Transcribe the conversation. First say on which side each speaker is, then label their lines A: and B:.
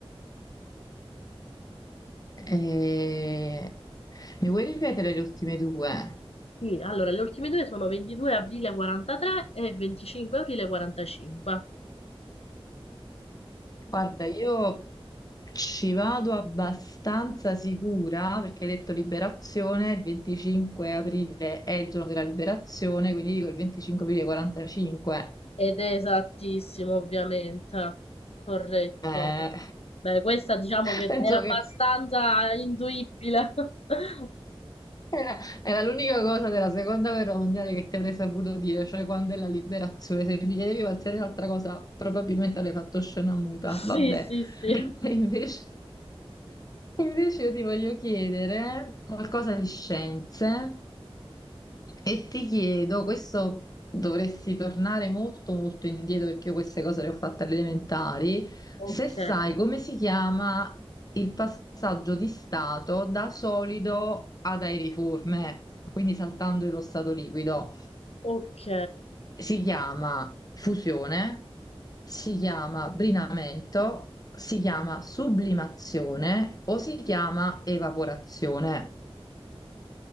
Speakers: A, on the left (about 40°); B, on the left (about 80°).
A: E- Mi vuoi ripetere le ultime due?
B: Sì, allora le ultime due sono 22 aprile 43 e 25 aprile 45.
A: Guarda, io ci vado abbastanza sicura perché hai detto liberazione, il 25 aprile è il giorno della liberazione, quindi dico il 25 aprile 45.
B: Ed è esattissimo, ovviamente. Corretto.
A: Eh,
B: Beh, questa diciamo
A: <laughs>
B: che
A: penso
B: era abbastanza
A: che
B: induibile. <laughs>
A: Era, era l'unica cosa della seconda guerra mondiale che ti avrei saputo dire, cioè quando è la liberazione. Se mi chiedevi qualsiasi altra cosa, probabilmente avrei fatto scena muta.
B: Sì,
A: Vabbè.
B: sì, sì.
A: <laughs> E invece, invece io ti voglio chiedere qualcosa di scienze e ti chiedo, questo dovresti tornare molto molto indietro perché io queste cose le ho fatte alle elementari.
B: Ok,
A: Se sai come si chiama il passaggio di stato da solido ad aeriforme, quindi saltando lo stato liquido,
B: ok,
A: si chiama fusione, si chiama brinamento, si chiama sublimazione o si chiama evaporazione.